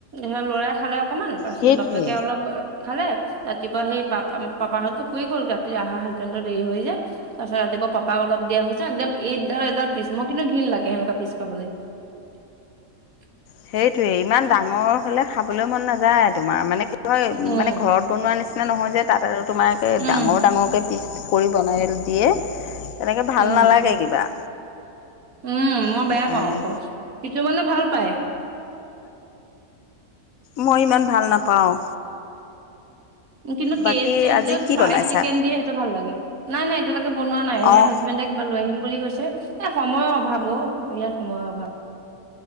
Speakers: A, on the right; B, on the left.
A: স লৰাই খালে অকমান তাৰপিছ
B: সেইটোৱে।
A: বাপেকে অলপ খালে ৰাতিপুৱা সেই পাপা পাপাহতো শুইে গ'ল ৰাতি আহা হাজবেণ্ডো দেৰি হৈ যায় তাৰ পাছত ৰাতি পাপাক অলপ দিয়া হৈছে একদম এইডাল এডাল পিচ মোৰ কিন্তু ঘীণ লাগে সেনেকুৱা পিছ খাবলৈ। <unintelligible>
B: সেইটোৱে ইমান ডাঙৰ হলে খাবলৈ মন নাযায় তোমাৰ মানে হয় হয়
A: উম,
B: মানে ঘৰত বনোৱাৰ নিচিনা নহয় যে তাত আৰু তোমাৰোকে
A: উম,
B: ডাঙৰ ডাঙৰকে পিছ কৰি বনাই দিয়ে তেনেকে ভাল
A: উম।
B: নালাগে কিবা
A: উম মই
B: সেইটো
A: বেয়া
B: কাৰণে
A: পাওঁ আকৌ কিছুমানে ভাল পায়।
B: মই ইমান ভাল নাপাওঁ।
A: কিন্তু
B: বাকী
A: কে চ
B: আজি কি
A: ফ্ৰাই
B: বনাইছা
A: চিকেন দিয়ে সেইটো ভাল লাগে নাই নাই এতিয়ালৈকে বনোৱা নাই সে
B: অঁ
A: হাজবেণ কিবা লৈ আহিম বুলি কৈছে এ সময়ৰ অভাৱ অ ইয়াৰ সময়ৰ অভাৱ